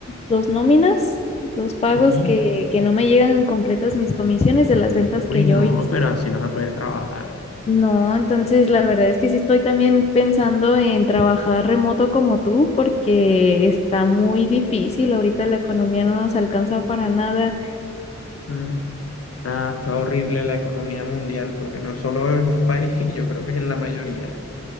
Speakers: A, on the left (about 20°); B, on the left (about 55°).
A: dos nóminas, dos pagos
B: Sí.
A: que, que no me llegan completas mis comisiones de las ventas
B: Uy,
A: que yo
B: no,
A: hice.
B: pero así no se puede trabajar.
A: No, entonces la verdad es que sí estoy también pensando en trabajar remoto como tú, porque está muy difícil. Ahorita la economía no nos alcanza para nada
B: Mm. Está, está horrible la economía mundial, porque no es solo en un país, <laughs> yo creo que es en la mayoría.